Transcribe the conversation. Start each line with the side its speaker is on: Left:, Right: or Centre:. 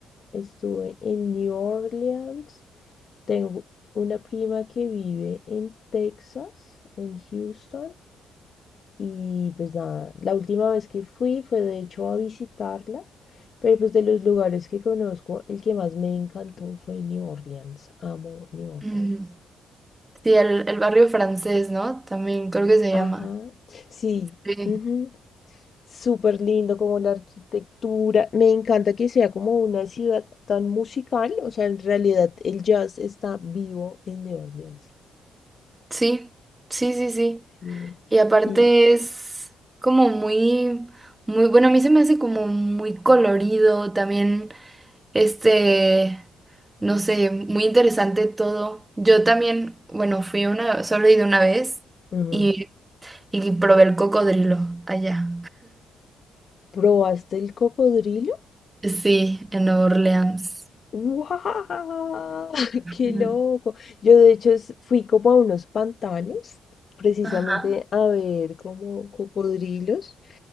Left: estuve en New Orleans, tengo una prima que vive en Texas, en Houston, Y pues nada, la última vez que fui fue de hecho a visitarla, pero pues de los lugares que conozco, el que más me encantó fue New Orleans. Amo New Orleans.
Right: Ujú. Sí, el, el barrio francés, ¿no? También creo que se
Left: Ajá,
Right: llama.
Left: sí,
Right: Sí,
Left: ujú, Súper lindo como la arquitectura. Me encanta que sea como una ciudad tan musical, o sea, en realidad el jazz está vivo en New Orleans.
Right: sí, sí, sí, sí.
Left: Sí.
Right: Y aparte
Left: Y
Right: es como muy, muy, bueno, a mí se me hace como muy colorido también, este, no sé, muy interesante todo. Yo también, bueno, fui una, solo he ido una vez
Left: ujú,
Right: y, y probé el cocodrilo allá.
Left: ¿Probaste el cocodrilo?
Right: Sí, en Nueva Orleans.
Left: ¡Wow! <laughs>
Right: Ujú.
Left: ¡Qué loco! Yo de hecho es- fui como a unos pantanos, precisamente
Right: Ajá.
Left: a ver como cocodrilos,